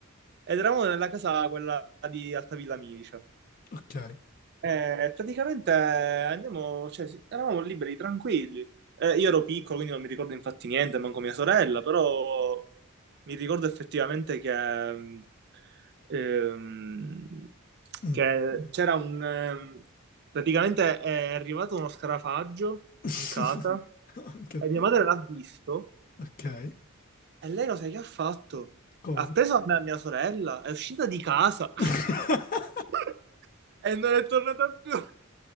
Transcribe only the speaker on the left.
ok.
Mm.
<laughs>
Anche
a
te,
ok,
cosa?
<laughs>